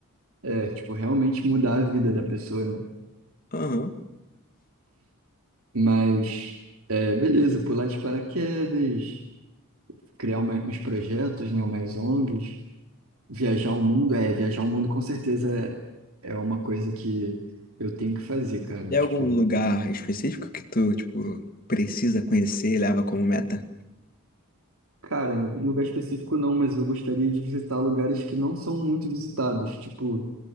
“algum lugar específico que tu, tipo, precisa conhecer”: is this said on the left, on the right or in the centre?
Left